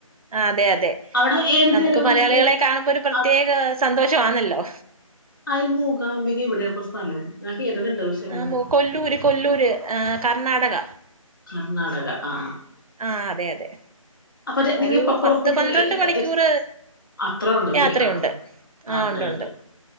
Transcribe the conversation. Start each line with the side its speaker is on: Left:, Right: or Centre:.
Right: ആ അതെ അതെ
Left: അവിടെ ഏത്
Right: നമുക്ക്
Left: നേരവും
Right: മലയാളികളെ കാണുമ്പോൾ ഒരു പ്രത്യേക
Left: ആ
Right: സന്തോഷം- ആന്നല്ലോ
Left: അയ് മൂകാംബിക എവിടെയാഇപ്പം സ്ഥലം- കേട്ടിട്ടുണ്ട് പക്ഷെ അങ്ങനെ
Right: ആ മൂ കൊല്ലൂര് കൊല്ലൂര് ആ കർണാടക
Left: കർണാടക ആ ആ
Right: ആ അതെ അതെ
Left: <unintelligible>
Right: ഒരു പത്ത് പന്ത്രണ്ട് മണിക്കൂർ
Left: അത്രയുണ്ടല്ലോ
Right: യാത്രയുണ്ട്
Left: ആ
Right: ആഹ്
Left: അത്രയുണ്ട്
Right: ഉണ്ട് ഉണ്ട്